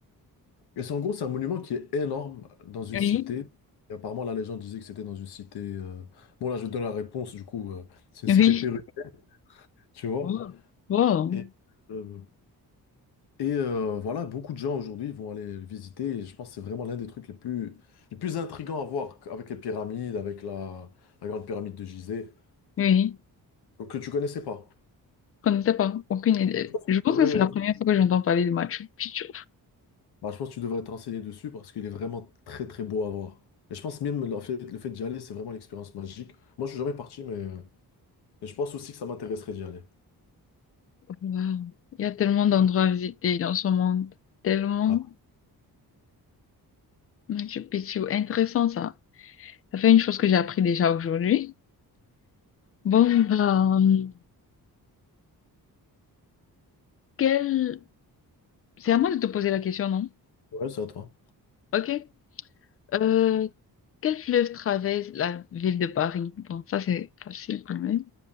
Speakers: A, on the left (about 85°); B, on the left (about 40°).
A: Et c'est en gros, c'est un monument qui est énorme dans une
B: Oui.
A: cité. Et apparemment, la légende disait que c'était dans une cité. euh, Bon, là, je vais te donner la réponse. Du coup, euh, c'est
B: Oui.
A: une cité péruvienne. tu vois.
B: Wow. Wow.
A: Et, euh, et euh, voilà, beaucoup de gens aujourd'hui vont aller le visiter et je pense que c'est vraiment l'un des trucs les plus, les plus intrigants à voir avec les pyramides, avec la, la grande pyramide de Gizeh,
B: Oui.
A: donc que tu connaissais pas.
B: Je ne sais pas. Aucune idée.
A: Tu
B: Je pense
A: devrais-
B: que c'est la première fois que j'entends parler de Machu Picchu.
A: Bah, je pense que tu devrais te renseigner dessus parce qu'il est vraiment très très beau à voir. Et je pense même le fait, le fait d'y aller, c'est vraiment une expérience magique. Moi, je suis jamais parti, mais, mais je pense aussi que ça m'intéresserait d'y aller.
B: Wow. Il y a tellement d'endroits à visiter dans ce monde. Tellement.
A: Ah,
B: Machu Picchu. Intéressant ça. Ça fait une chose que j'ai appris déjà aujourd'hui. Bon, bah, hum, quel... C'est à moi de te poser la question, non?
A: ouais, c'est à toi.
B: Ok. Euh, quel fleuve traverse la ville de Paris? Bon, ça c'est facile quand même.